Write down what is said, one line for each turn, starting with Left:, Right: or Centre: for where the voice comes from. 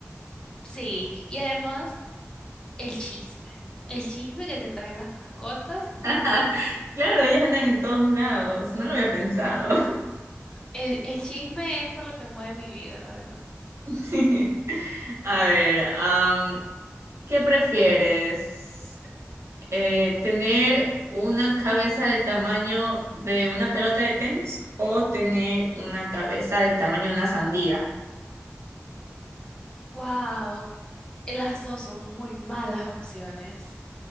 Left: Sí, y además el chisme, el chisme que te traen las mascotas,
Right: <laughs> Claro, ellas andan en todos lados, no lo había pensado.
Left: el, el chisme es por lo que mueve mi vida, la verdad.
Right: <laughs> A ver, am, ¿qué prefieres? Eh, ¿tener una cabeza del tamaño de una pelota de tenis o tener una cabeza del tamaño de una sandía?
Left: Wow, las dos son muy malas opciones.